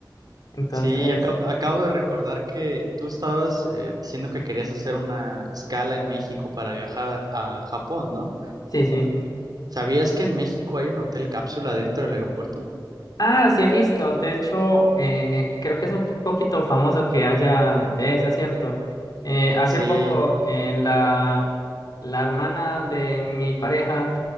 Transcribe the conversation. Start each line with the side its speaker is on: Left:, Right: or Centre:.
Left: Entonces,
Right: sí, acabo, acabo de recordar que tú estabas eh, diciendo que querías hacer una escala en México para viajar a a Japón, ¿no?
Left: sí, sí.
Right: ¿Sabías que en México hay un hotel cápsula dentro del aeropuerto?
Left: Ah, sí he visto. De hecho, eh, creo que es un poquito famoso que haya de eso, ¿cierto? Eh, hace
Right: Sí,
Left: poco, eh, la, la hermana de mi pareja